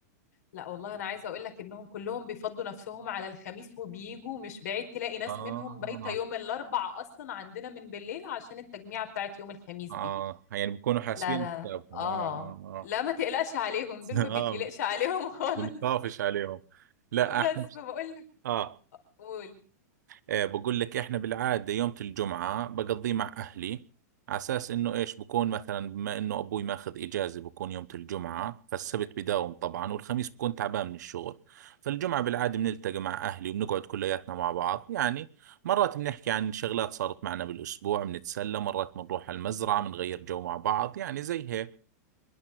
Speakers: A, on the left; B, on the right.
A: لا والله انا عايزه اقول لك انهم كلهم بيفضوا نفسهم على الخميس وبيجوا مش بعيد تلاقي ناس
B: اه
A: منهم بايته يوم الاربع اصلا عندنا من بالليل عشان التجميعه بتاعت يوم الخميس
B: اه
A: دي
B: يعني بكونوا حاسبين
A: لا لا لا.
B: حسابهم
A: اه
B: اه اه
A: لا ما تقلقش عليهم دول
B: اه,
A: ما
B: <laughs> آه
A: بيتقلقش عليهم <laughs> خالص
B: بنخافش عليهم لا
A: بس
B: احنا
A: فبقول لك
B: اه
A: قول
B: إيه بقول لك احنا بالعادة يوم الجمعة بقضيه مع اهلي على اساس انه ايش بكون مثلا بما انه ابوي ماخذ اجازة بكون يوم الجمعة فالسبت بداوم طبعا والخميس بكون تعبان من الشغل فالجمعة بالعادة بنلتقي مع اهلي وبنقعد كلياتنا مع بعض يعني مرات بنحكي عن شغلات صارت معنا بالاسبوع بنتسلى مرات بنروح على المزرعة بنغير جو مع بعض يعني زي هيك